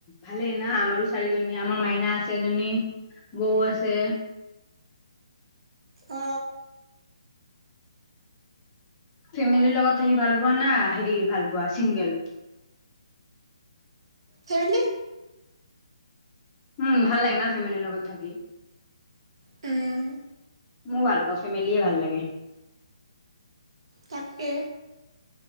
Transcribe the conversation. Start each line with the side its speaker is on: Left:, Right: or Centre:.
Left: ভালেই ন, আমাৰো চাৰিজনী আমাৰ মাইনা আছে এজনী বৌ আছে।
Right: অ
Left: ফেমিলিৰ লগত থাকি ভাল পোৱা না, হেৰি ভাল পোৱা চিংগল।
Right: ফেমেলি
Left: উম ভাল লাগে না, ফেমিলিৰ লগত থাকি।
Right: উম।
Left: মইও ভাল পাওঁ ফেমিলিয়ে ভাল লাগে।
Right: তাকে।